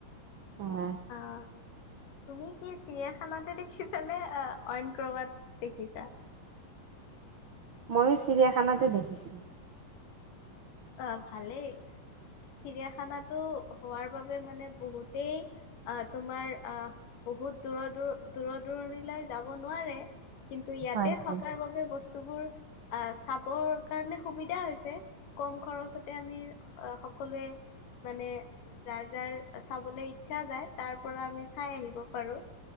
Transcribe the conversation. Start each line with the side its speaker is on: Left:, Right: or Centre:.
Right: অহ।
Left: অ'হ। তুমি কি চিৰিয়াখানাতে দেখিছা নে? অইন ক'ৰবাত দেখিছা?
Right: ময়ো চিৰিয়াখানাতে দেখিছোঁ।
Left: অ'হ ভালেই। চিৰিয়াখানাটো হোৱাৰ বাবে মানে বহুতেই আহ তোমাৰ- আহ, বহুত দূৰ -দূৰ- দূৰণিলৈ যাব নোৱাৰে। কিন্তু ইয়াতে
Right: হয়
Left: থকাৰ
Right: হয়।
Left: বাবে বস্তুবোৰ, আ চাবৰ কাৰণে সুবিধা হৈছে। কম খৰচতে আমি সকলোৱে মানে যাৰ যাৰ চাবলৈ ইচ্ছা যায়, তাৰ পৰা আমি চাই আহিব পাৰোঁ।